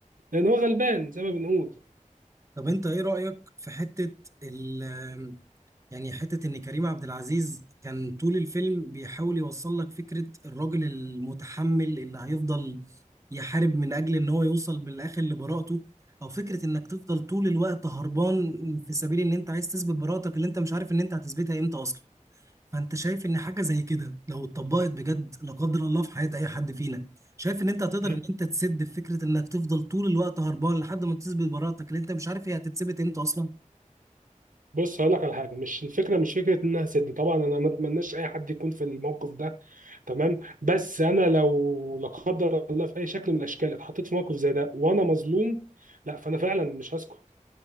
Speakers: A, on the right; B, on the right.
A: لان هو غلبان زي ما بنقول
B: طب أنت إيه رأيك في حتة ال- يعني حتة إن كريم عبد العزيز كان طول الفيلم بيحاول يوصل لك فكرة الراجل المتحمل اللي هيفضل يحارب من أجل إن هو يوصل بالآخر لبراءته أو فكرة إنك تفضل طول الوقت هربان في سبيل إن أنت عايز تثبت براءتك اللي أنت مش عارف إن أنت هتثبتها إمتى أصلا فأنت شايف إن حاجة زي كده لو اتطبقت بجد لا قدر الله في حياة أي حد فينا شايف إن أنت هتقدر
A: مم.
B: إن أنت تسد في فكرة إنك تفضل طول الوقت هربان لحد ما تثبت براءتك اللي أنت مش عارف هي هتتثبت إمتى أصلا
A: بص هقول لك على حاجه مش الفكره مش فكره ان انا هسد طبعا انا ما اتمناش اي حد يكون في الموقف ده تمام بس انا لو لا قدر الله في اي شكل من الاشكال اتحطيت في موقف زي ده وانا مظلوم لا فانا فعلا مش هسكت